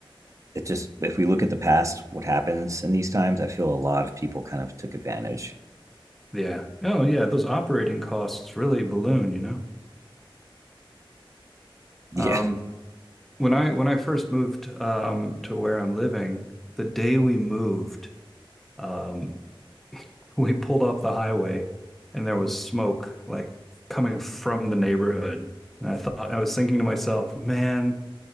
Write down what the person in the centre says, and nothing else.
Yeah. Oh, yeah, those operating costs really balloon, you know.
Um, When I when I first moved um, to where I'm living, the day we moved, um, <laughs> we pulled off the highway, and there was smoke like coming from the neighborhood. And I thought I was thinking to myself, man,